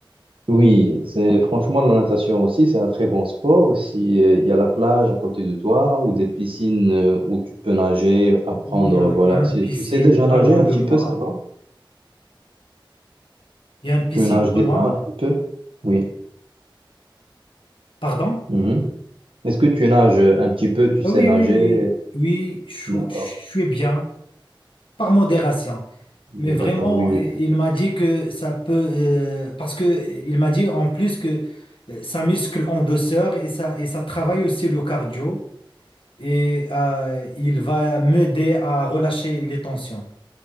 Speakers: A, on the right; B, on the left.
A: Oui, c'est franchement la natation aussi, c'est un très bon sport. Si euh, il y a la plage à côté de toi ou des piscines euh, où tu peux nager, apprendre,
B: Oui, euh,
A: voilà.
B: il y a
A: Si
B: une piscine
A: tu sais déjà
B: pas
A: nager
B: loin
A: un
B: de
A: petit
B: moi.
A: peu, ça va?
B: Il y a une piscine
A: Tu nages
B: pas
A: déjà
B: loin.
A: un petit peu? Oui.
B: Pardon?
A: Mhm. Est-ce que tu nages un petit peu, tu
B: Ah
A: sais
B: oui,
A: nager?
B: oui, oui. Oui, je
A: D'accord.
B: je suis bien. par modération.
A: D'accord,
B: Mais vraiment,
A: oui,
B: euh,
A: oui.
B: il m'a dit que ça peut, euh, parce que euh, il m'a dit en plus que euh, ça muscle en douceur et ça, et ça travaille aussi le cardio et euh, il va m'aider à relâcher les tensions.